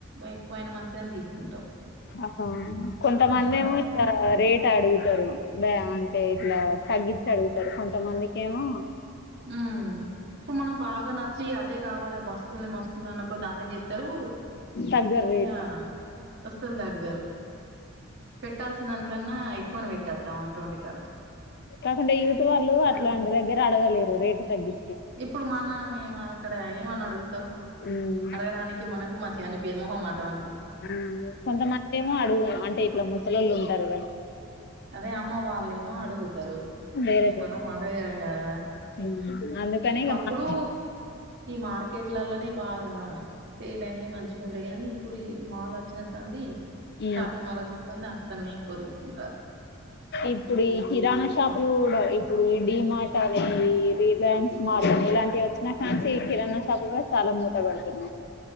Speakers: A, on the right; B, on the left.
A: ఎక్కువైనా మంచిదని తీసుకుంటాం
B: ఆహా కొంతమంది ఏమో
A: ఓకే
B: ఇక్కడ రేట్ అడుగు తరు బ అంటే ఇట్లా తగ్గించి అడుగుతారు కొంతమందికేమో
A: ఉ ఇప్పుడు మనం బాగా నచ్చి అదే కావాలి బస్తుంది మస్తుంది అనుకో దానిలో ఏం చే తరు
B: తగ్గరు రేటు
A: ఇగ అస్సలు తగ్గరు పెట్టాల్సిన దానికన్నా ఎక్కువనె పెట్టొత్తం అటువంటి కాడ
B: కాకుండా యుత్ వాళ్ళు అట్లాంటి దగ్గర అడగలేరు రేటు తగ్గి
A: ఇప్పుడు మన మేము అక్కడ ఏమని అడుగు
B: ఉ
A: అడగడానికి మనకు మంచిగా అనిపియదు మొహమాటం అనిపి.
B: ఆ కొంతమంది ఏమో అడుగు అంటే ఇట్లా ముసలోళ్ళు ఉంటారుగా.
A: అదే అమ్మ వాళ్లేమో అడుగుతరు
B: వేరే
A: ఏ
B: చేస్తారు.
A: మనం అడగ <unintelligible> గదా.
B: ఉమ్, అందుకని
A: ఒకప్పుడు
B: ఇక మా-
A: ఈ మార్కెట్ ట్లల్లనే బాగా సేల్అయినయ్ మంచిగా ఉండైగాని, ఇప్పుడు ఈ మాల్ వచ్చిన సంది.
B: ఉమ్,
A: షాపింగ్ మాల్ వచ్చిన సంధి అక్కనే ఎక్కువ తీసుకుంటారు.
B: ఇప్పుడు ఈ కిరాణా షాపులు కూడా, ఇప్పుడు ఈ డి మార్ట్ అని, ఈ రిలయన్స్ మార్ట్. ఇలాంటివి వచ్చినా కాంచి కిరాణా షాపు కూడా చాలా మూత పడుతున్నాయి.